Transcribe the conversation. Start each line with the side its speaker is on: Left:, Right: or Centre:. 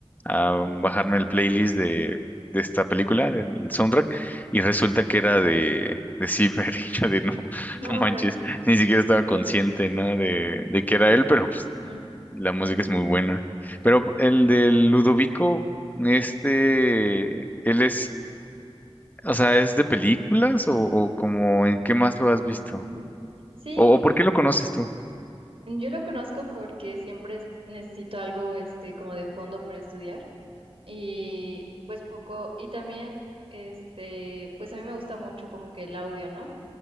Left: a bajarme el playlist de, de esta película, del soundtrack, y resulta que era de, de Zimmer, <laughs> y yo de no,
Right: Ujú.
Left: no manches,
Right: Órale.
Left: ni siquiera estaba consciente, ¿no? De, de que era él, pero pues
Right: Ujú.
Left: la música es muy buena. Pero el de Ludovico... Este, él es o sea, ¿es de películas o, o como en qué más lo has visto?
Right: Mm, Sí,
Left: ¿O, o por qué lo conoces tú?
Right: yo lo conozco porque siempre es- necesito algo este como de fondo para estudiar Y pues poco, y también, este, pues a mí me gusta mucho como que el audio, ¿no?